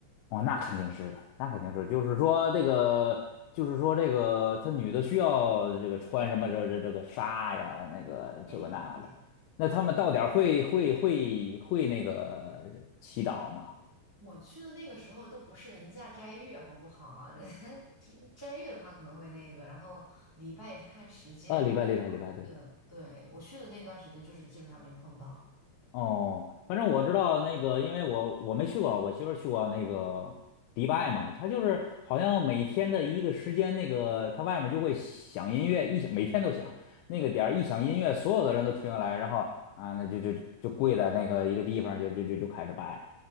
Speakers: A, on the left; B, on the right.
A: 哦，那肯定是的，那肯定是，就是说这个，就是说这个，他女的需要这个穿什么这这这个纱呀，
B: 嗯，
A: 那个这个那的。
B: 没有没
A: 那他们到点儿会会会会那个祈祷吗？
B: 有。我去的那个时候都不是人家斋月，好不好？<laughs> 人家斋斋月的话可能会那个，然后礼拜也是看时间。
A: 啊，礼拜礼拜礼拜，
B: 不过我去的，
A: 对。
B: 对，我去的那段时间就是基本上没碰到。
A: 哦，反正我知道那个，因为我我没去过，我媳妇儿去过那个迪拜嘛，她就是好像每天的一个时间，那个她外面就会响音乐，一响每天都响，那个点儿一响音乐，所有的人都停下来，然后啊，那就就就跪在那个一个地方，就就就就开始拜，